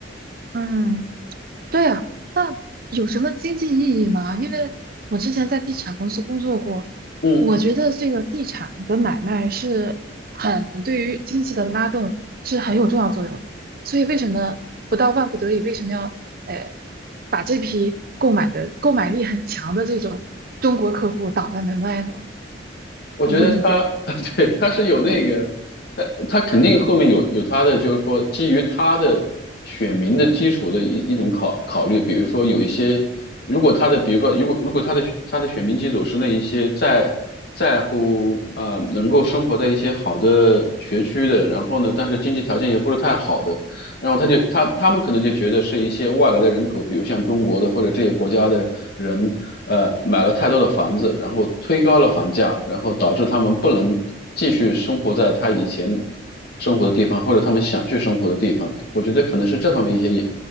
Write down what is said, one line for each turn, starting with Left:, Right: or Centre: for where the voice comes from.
Right: 嗯。对啊，那有什么经济意义吗？因为我之前在地产公司工作过，
Left: 嗯。
Right: 我觉得这个地产的买卖是很对于经济的拉动是很有重要作用的。所以为什么不到万不得已，为什么要呃把这批购买的购买力很强的这种中国客户挡在门外呢？
Left: 我觉得他，
Right: 我不理解。
Left: <laughs> 对，他是有那个，
Right: 嗯，
Left: 他他肯定后面有有他的，就是说基于他的选民的基础的一一种考考虑，比如说有一些，如果他的，比如说如果如果他的他的选民基础是那一些在在乎呃能够生活在一些好的学区的，然后呢，但是经济条件也不是太好的，然后他就他他们可能就觉得是一些外来的人口，比如像中国的或者这些国家的人，呃，买了太多的房子，然后推高了房价，然后导致他们不能继续生活在他以前生活的地方，或者他们想去生活的地方。我觉得可能是这方面一些